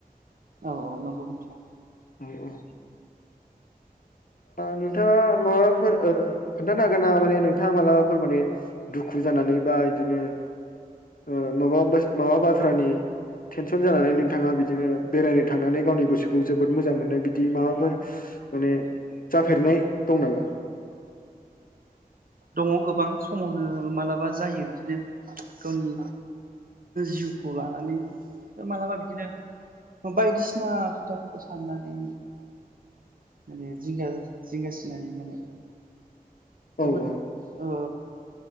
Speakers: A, on the right (about 65°); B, on the left (about 65°).
A: औ नंगौ नोंथां
B: औ औ नोंथाङा माबाफोर खोन्थानो हागोन ना माने नोंथाङा मालाबाफोर ओ माने दुखु जानानै बा बिदिनो ओ माबा माबा बाथ्रानि टेनसन जानानै नोंथाङा बिदिनो बेरायनो थांनानै गावनि गोसोखौ जोबोद मोजां मोनो बिदि माबाफोर माने जाफेरनाय दं नामा?
A: दङ गोबां समावनो मालाबा जायो बिदिनो गावनि जिउखौ लानानै मालाबा बिदिनो बायदिसिना खोथाफोरखौ साननानै माने जिंगासिनानै माने जोबोद
B: औ औ
A: ओ